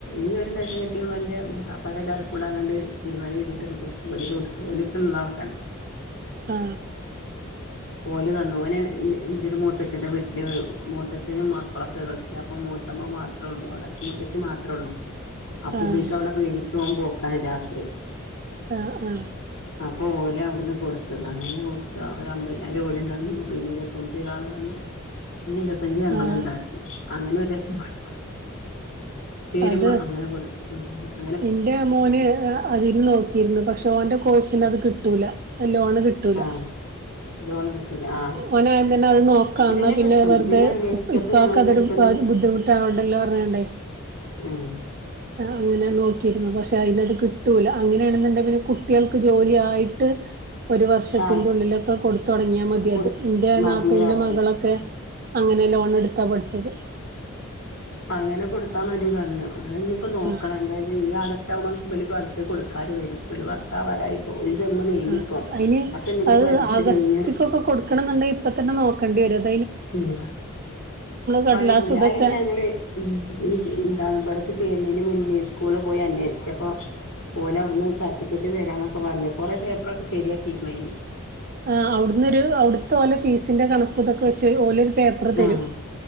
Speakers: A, on the left; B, on the right.
A: ഈ ഒരു ലക്ഷം കിട്ടിയ്പോ എന്റെ മൂത്താപ്പ എല്ലാവരും കൂടാ കണ്ട് തിരുമറി്തിട്ടന്ന് കൊടുത്തുല കൊടുത്തു പോല ഇ ഉള്ള ആൾക്കാണ്
B: ആ
A: പോല തന്നുവനെ എയ ഒരു മൂത്തച്ഛന്റെ വീട്ടില് മൂത്തച്ഛനും മക്കളൊക്കെ കളിച്ചില്ല അപ്പൊ മൂത്തമ്മ മാത്രേ ഉള്ളു അവിടെ മൂത്തച്ച്ചി മാത്രമേ ഉള്ളൂ അപ്പൊ
B: ആഹ്
A: ബീക്ക്വിടെ പേടിക്കും പോ പോക്കാന് രാത്രി
B: ആഹ ആഹ
A: അപ്പൊ ഓല അവിടുന്ന് കൊടുത്തത് അങ്ങനെ കൊടുത്ത ഒരു അമ്പതിനായിരം ഓല തന്നു പിന്നെ ഇരുപത്തഞ്ച ഒരാൾ തന്നു പിന്നെ ഇരുപത്തഞ്ച് ഞങ്ങുണ്ടാക്കി
B: ആഹ്
A: അങ്ങനെ ഒരുലക്ഷം കൊടുത്ത ചേരുമ്മ
B: അത്
A: അങ്ങനെ കൊടുത്ത് ഉ
B: എന്റെ മോന് അതിന് നോക്കിയിരുന്നു പക്ഷെ ഓൻ കോഴ്സിന് അത് കിട്ടൂല ലോണ് കിട്ടൂല
A: ആഹ് ലോണ് കിട്ടൂല ആഹ്
B: ഓനായ തന്നെ അത് നോക്കാം
A: ഇതിന്
B: എന്നാ പിന്നെ
A: കിട്ടും
B: വെറുതെ
A: ഇതിന് അന്വേഷിച്ചപ്പോ
B: ഇപ്പക്ക്‌
A: ഞങ്ങള്
B: അതൊരു
A: കിട്ടുന്ന
B: ബുദ്ധിമുട്ടാൊണ്ടല്ലോ പറഞ്ഞണ്ടേ
A: ഉം
B: അങ്ങനെ ന പക്ഷെ അതിനത് കിട്ടൂല അങ്ങനെയാണെന്നുണ്ട പിന്നെ കുട്ടികൾക്ക് ജോലിയായിട്ട് ഒരു വർഷത്തിന്റെ
A: ആഹ്
B: ഉള്ളിലൊക്കെ കൊടുത്ത തുടങ്ങിയാൽ മതിയത്
A: കൊടു
B: ഇന്റെ
A: മതി
B: നാത്തൂവിൻന്റെ
A: പറഞ്ഞു
B: മകളൊക്കെ അങ്ങനെ ലോൺ എടുത്താ പഠിച്ചത്
A: ആ അങ്ങനെ കൊടുത്താ മതി പറഞ്ഞു അങ്ങനെ ഇഞ്ഞ് ഇപ്പം നോക്കണം
B: ആ
A: എന്തായാലും ഈ ആഗ <unintelligible> കൊട്ക്കാരെ വരും ഒരു വർഷാവാറായിപ്പോ ഒരു സെമ്മ് കഴിഞ്ഞിപ്പോ
B: ആ അയിന്
A: ആ സെമ്മിന്റെ
B: അഹ്
A: പരീക്ഷ
B: ആഗസ്റ്റ്ക്കൊക്കെ
A: കഴിഞ്ഞു
B: കൊട്ക്കണം ഇന്ന്ണ്ടെങ്കി ഇപ്പ തന്നെ നോ കെണ്ടി വരും അ
A: ഉം
B: കടലാസ്
A: പണിയിണ്ട്
B: ഇതൊക്കെ
A: അയിന് ഞങ്ങളെ ഉം ഈ ഇന്താണ് അതൊക്കെ ചെയ് ചേര്നെയ്ന് മുന്നേ സ്കൂൾ പോയി അന്വേഷ്ച്ചപ്പം ഓൽ അവ്ട്ന്ന് സർട്ടിഫിക്കറ്റ് തരാന്നൊക്കെ ക്കെ പർഞ്ഞ് കൊറെ പേപ്പറൊക്കെ ശരിയാക്കിക്ക്ൺ അയ്ൻ
B: ആ അയുട്ന്നൊരു അയുട്ത്തെ ഓലെ ഫീസിന്റെ കണക്കും ഇതൊക്കെ വെച്ച് ഓൽ പേപ്പർ തരും
A: ആഹ്